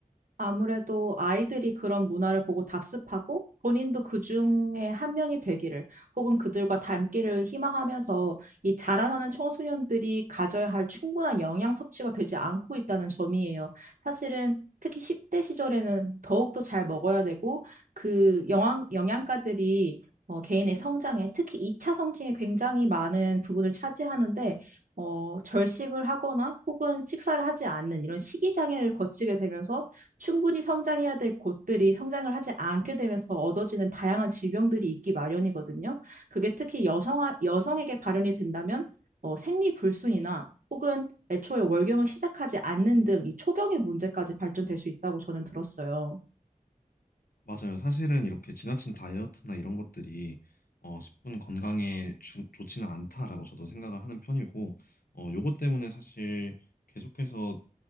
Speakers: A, on the right; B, on the left.
A: 아무래도 아이들이 그런 문화를 보고 답습하고 본인도 그 중에 한 명이 되기를 혹은 그들과 닮기를 희망하면서 이 자라나는 청소년들이 가져야 할 충분한 영양 섭취가 되지 않고 있다는 점이에요. 사실은 특히 10대 시절에는 더욱더 잘 먹어야 되고 그 영양, 영양가들이 어, 개인의 성장에 특히 2차 성징에 굉장히 많은 부분을 차지하는데 어, 절식을 하거나 혹은 식사를 하지 않는 이런 식이장애를 거치게 되면서 충분히 성장해야 될 곳들이 성장을 하지 않게 되면서 얻어지는 다양한 질병들이 있기 마련이거든요. 그게 특히 여성, 여성에게 발현이 된다면 어, 생리불순이나 혹은 애초에 월경을 시작하지 않는 등 이 초경의 문제까지 발전될 수 있다고 저는 들었어요.
B: 맞아요. 사실은 이렇게 지나친 다이어트나 이런 것들이 어, 10분 건강에 주- 좋지는 않다라고 저도 생각을 하는 편이고, 어, 요것 때문에 사실 계속해서